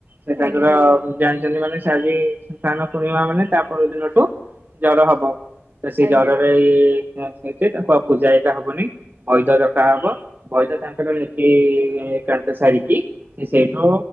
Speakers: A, on the right (about 50°); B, on the right (about 75°).
A: ସେ ତାଙ୍କର
B: ଆଜ୍ଞା ଆଜ୍ଞା
A: ଜାଣି ଯଦି ମାନେ ସେ ଆଜି ସ୍ନାନ ପୂର୍ଣିମା ମାନେ ତା ପର ଦିନଠୁ ଜର ହବ। ତ ସେଇ
B: ଆଜ୍ଞା
A: ଜରରେ ଏ <unintelligible> ତାଙ୍କୁ ଆଉ ପୂଜା ହେଇକା ହବନି ବୈଦ ଡକା ହବ ବୈଦ ତାଙ୍କର ନିତି ଏକାନ୍ତ ସାରିକି ସେ ସେଇଠୁ